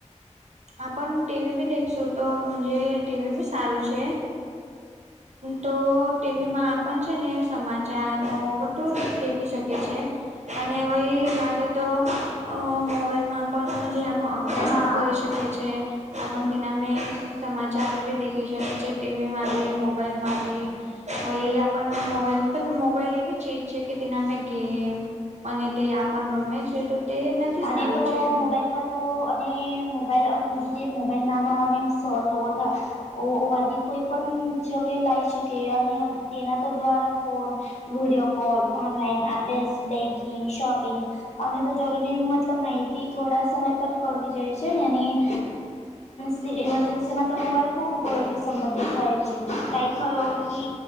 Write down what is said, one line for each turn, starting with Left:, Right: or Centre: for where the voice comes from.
Right: આપણે ટીવી પણ દેખશું તો મજે ટીવી બી સારું છે. તો ટીવીમાં આપણે છે ને, સમાચાર વધુ જોઈ શકે છે. અને વહી લાગે તો અ મોબાઈલમાં પણ જે આપનો અભ્યાસ
Left: હા
Right: હું કરીશ. શકે છે. આપણે તેમાં સમાચાર બી દેખી શકે છે, ટીવીમાં બી મોબાઈલમાં બી હા, એ આપણને મોબાઈલ પણ, મોબાઈલ એવી ચીજ છે કે, તેમાં અમે ગેમ અને તે આપણે રમીએ છીએ, તો તે નથી
Left: અને
Right: સારું
Left: તો
Right: છે.
Left: મોબાઈલમાં તો અને મોબાઈલમાં મોબાઈલ નાનો અને સગવડ હોવા કોઈ પણ જગ્યાએ લઈ શકે અને તેના દ્વારા ફોન, વીડિયો કોલ, ઓનલાઈન અભ્યાસ, બેંકિંગ, શોપિંગ અને તો જરૂરી મતલબ માહિતી થોડા સમયમાં મેળવી શકાય છે ને, ઇમરજન્સીમાં તો મોબાઈલ ખૂબ ઉપયોગી સાબિત થાય છે. કાંઈ થયો કે